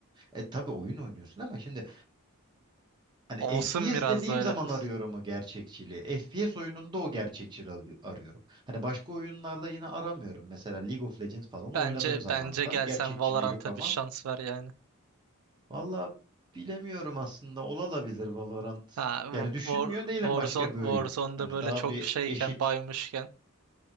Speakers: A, on the right; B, on the right.
A: E tabii oyun oynuyorsun ama şimdi hani
B: Olsun
A: FPS
B: biraz
A: dediğim
B: da öyle
A: zaman
B: hız.
A: arıyorum o gerçekçiliği. FPS oyununda o gerçekçiliği ar- arıyorum. Hani başka oyunlarda yine aramıyorum. Mesela League of Legends falan oynadığım
B: Bence
A: zamanında
B: bence gel
A: gerçekçiliği
B: sen Valorant'a
A: yok ama
B: bir şans ver yani.
A: valla bilemiyorum aslında olabilir Valorant.
B: Ha
A: Yani düşünmüyor
B: War,
A: değilim
B: Warzone,
A: başka
B: Warzone'da
A: bir oyun. Hani
B: böyle
A: daha
B: çok
A: bir
B: şeyken
A: eşit.
B: baymışken